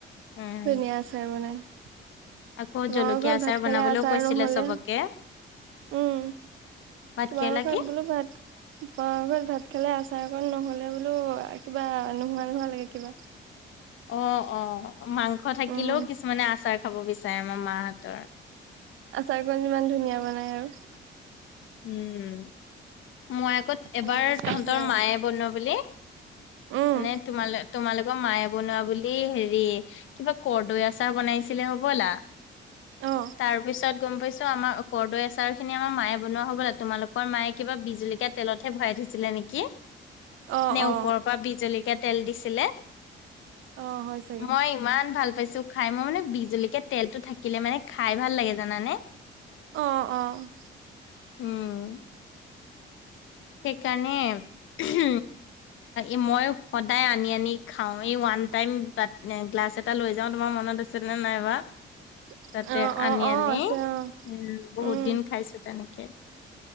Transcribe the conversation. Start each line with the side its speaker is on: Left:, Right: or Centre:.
Left: উম
Right: ধুনীয়া আচাৰ বনাই। ময়
Left: আকৌ জলকীয়া
Right: ঘৰত
Left: আচাৰ
Right: ভাত
Left: বনাবলৈও
Right: খালে আচাৰ
Left: কৈছিলে
Right: নহ'লে
Left: চবকে
Right: উম,
Left: ভাত
Right: তোমালোকৰ
Left: কেৰেলা কি
Right: ঘৰত বোলো ভাত তোমালোকৰ ঘৰত ভাত খালে আচাৰ অকণ নহ'লে বোলো কিবা নোহোৱা- নোহোৱা লাগে কিবা
Left: অ', অ', মাংস থাকিলেও
Right: উম
Left: কিছুমানে আচাৰ খাব বিচাৰে আমাৰ মাহঁতৰ।
Right: আচাৰ কণ যে ইমান ধুনীয়া বনাই আৰু।
Left: উম, মই আকৌ
Right: খাব
Left: এবাৰ
Right: বিচাৰিবই
Left: তহঁতৰ
Right: আৰু
Left: মায়ে বনোৱা বুলি
Right: উম
Left: নে তোমাল -তোমালোকৰ মায়ে বনোৱা বুলি হেৰি কিবা কৰ্দৈ আচাৰ বনাইছিলে হ'বলা।
Right: অ
Left: তাৰ পিছত গম পাইছোঁ আমাৰ কৰ্দৈ আচাৰ সেইখিনি আমাৰ মায়ে বনোৱা হ'বলা তোমালোকৰ মায়ে কিবা বিজলকীয়া তেলতহে ভৰাই থৈছিলে নেকি?
Right: অ
Left: নে
Right: অ
Left: ওপৰৰ পৰা বিজলকীয়া তেল দিছিলে?
Right: অ হয় চাগে
Left: মই ইমান ভাল পাইছোঁ খাই মই মানে বিজলকীয়া তেলটো থাকিলে মানে খায় ভাল লাগে জানানে?
Right: অ', অ',
Left: উম, সেইকাৰণে <unintelligible> এ মই সদায় আনি -আনি খাওঁ এই ওৱান টাইম বা গ্লাছ এ এটা লৈ যাওঁ তোমাৰ মনত আছে নে নাই বা?
Right: <inaudible>
Left: তাতে
Right: অ অ
Left: আনি
Right: অ
Left: -আনি
Right: আছে অ
Left: উম, বহুত
Right: উম
Left: দিন খাইছোঁ তেনেকে।